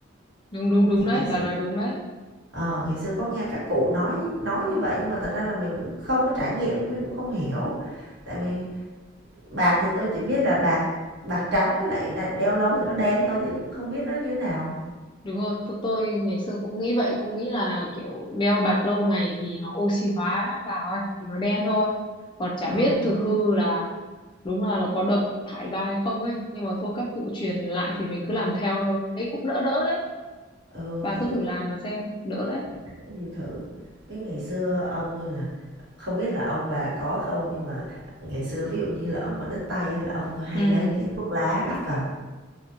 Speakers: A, on the left; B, on the right.
A: đúng đúng đúng
B: Thì
A: đấy
B: ngày
A: bà
B: xưa
A: nói đúng đấy
B: Ờ, ngày xưa có nghe các cụ nói nói như vậy nhưng mà thật ra là mình cũng không có trải nghiệm nên mình cũng không hiểu. Tại vì bạc thì tôi chỉ biết là bạc bạc trắng với lại đ đeo lâu thì nó đen thôi chứ cũng không biết nó như thế nào.
A: đúng rồi tôi, tôi ngày xưa cũng nghĩ vậy cũng nghĩ là kiểu đeo bạc lâu ngày thì nó oxy hóa vào ấy thì nó đen thôi còn chả
B: Ừ,
A: biết thực hư là đúng là nó có độc thải ra hay không ấy nhưng mà thôi các cụ truyền lại thì mình cứ làm theo thôi thấy cũng đỡ đỡ đấy
B: ừ,
A: bà
B: thấy
A: cứ thử làm mà xem đỡ đấy
B: đã có gì thử. Với ngày xưa ông tôi là không biết là ông bà có không nhưng mà ngày xưa ví dụ như lỡ mà đứt tay á là ông tôi hay
A: ừ
B: lấy cái thuốc lá đắp vào.